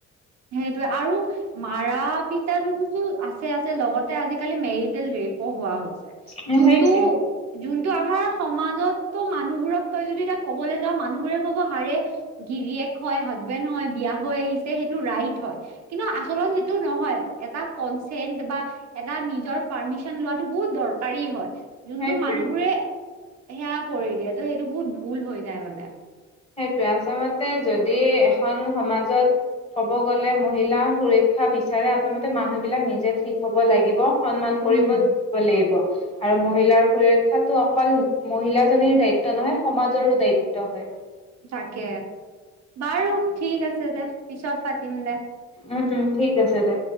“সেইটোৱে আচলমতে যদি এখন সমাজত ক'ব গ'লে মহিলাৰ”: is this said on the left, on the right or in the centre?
Left